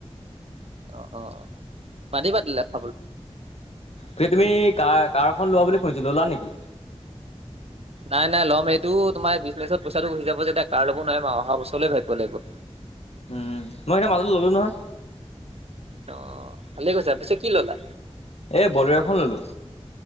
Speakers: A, on the right; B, on the left.
A: অহ - অহ - অহ <unintelligible>
B: তে তুমি কাৰ কাৰখন লোৱা বুলি শুনিছিলো ল'লা নেকি?
A: নাই -নাই ল'ম সেইটো তোমাৰ বিজনেচত পইচাটো গোচি যাব যেতিয়া কাৰ ল'ব নোৱাৰিম আৰু অহা বছৰলৈ ভাবিব লাগিব। <inaudible>
B: উম, মই এতিয়া মাজতে ল'লো নহয়
A: অহ, ভালেই কৈছা। পাছে কি ল'লা?
B: এ বলেৰ খন ললো।